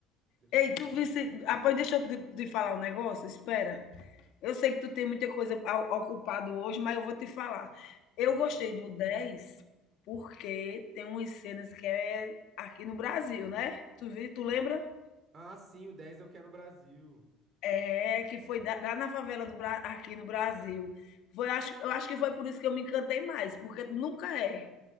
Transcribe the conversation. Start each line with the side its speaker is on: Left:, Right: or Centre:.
Right: Deixa
Left: Ei,
Right: eu ver
Left: tu
Right: qual
Left: visse.
Right: que é.
Left: Após, deixa eu te, te falar um negócio. Espera. Eu sei que tu tem muita coisa a- ocupado hoje, mas eu vou te falar. Eu
Right: Pode
Left: gostei
Right: falar.
Left: do 10 porque tem umas cenas que é aqui no Brasil, né? Tu vi, tu lembra?
Right: Ah, sim, o 10 eu quero no Brasil.
Left: É que foi da- lá na favela do Bra- aqui no Brasil. Foi, acho, eu acho que foi por isso que eu me encantei mais, porque nunca é.